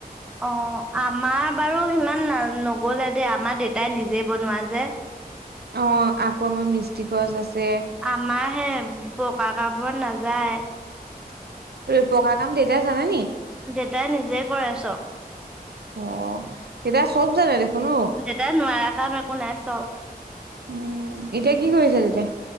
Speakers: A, in the centre; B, on the right (about 80°).
A: অঁ আমাৰ বাৰু সিমান নগ'লে দেই। আমাৰ দেউতাই নিজেই বনোৱা যে।
B: অঁ আকৌ আমাৰ মিষ্টি খৰছ আছে।
A: আমাৰ হে বকা কাপোৰ নাযায়।
B: পকা কাম দেটাই জানেনি?
A: দেউতাই নিজে কৰে চব।
B: অ দেতাই চব জানে দেখোন। অ
A: দেতাই নোৱাৰা কাম একো নাই চব,
B: উম এতিয়া কি কৰিছে দেউতাই